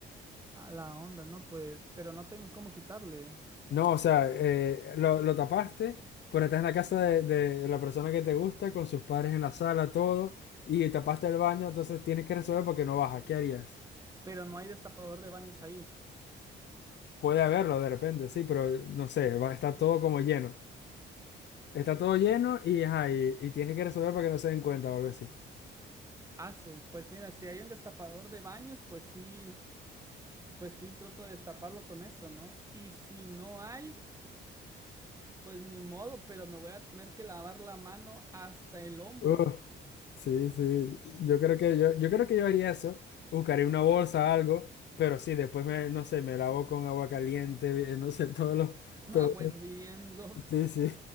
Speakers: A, on the right; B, on the left.
A: A la onda, no, pues, pero no tengo cómo quitarle.
B: No, o sea, eh, lo, lo tapaste, pero estás en la casa de, de la persona que te gusta, con sus padres en la sala, todo, y tapaste el baño, entonces tienes que resolver porque no baja. ¿Qué harías?
A: Pero no hay destapador de baños ahí.
B: Puede haberlo de repente, sí, pero no sé, va, está todo como lleno. Está todo lleno y, ajá, y, y tienes que resolver para que no se den cuenta o algo así.
A: Asu, pues mira, si hay un destapador de baños, pues sí, pues sí, trato de destaparlo con eso, ¿no? Y si no hay, pues ni modo, pero me voy a tener que lavar la mano hasta el hombro.
B: Uf, sí, sí. Yo creo que yo, yo creo que yo haría eso. Buscaría una bolsa, algo, pero sí, después me, no sé, me lavo con agua caliente, eh, no sé, <laughs> todos los,
A: Agua
B: todo,
A: hirviendo,
B: sí, sí,